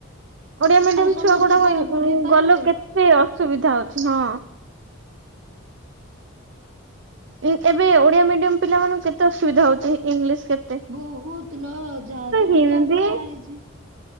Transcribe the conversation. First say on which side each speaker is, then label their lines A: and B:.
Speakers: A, on the right (about 60°); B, on the right (about 80°).
A: ଓଡିଆ ମିଡିୟମ
B: ଆଉ ସମସ୍ତେ
A: ଛୁଆ ଗୁଡାକ
B: କଣ
A: ଇଂ
B: ପଢେଇ
A: ଉଁ
B: ପାରିବେ
A: ଗଲେ କେତେ ଅସୁବିଧା ଅଛି ହଁ। ଇଂ ଏବେ ଓଡିଆ ମିଡିୟମ ପିଲାମାନଙ୍କୁ କେତେ ଅସୁବିଧା ହଉଛି ଇଂଲିଶ କେ
B: ବହୁତ ଲା ଯା ତ
A: ହିନ୍ଦୀ
B: ଢିଲା କରାହେଇଛି।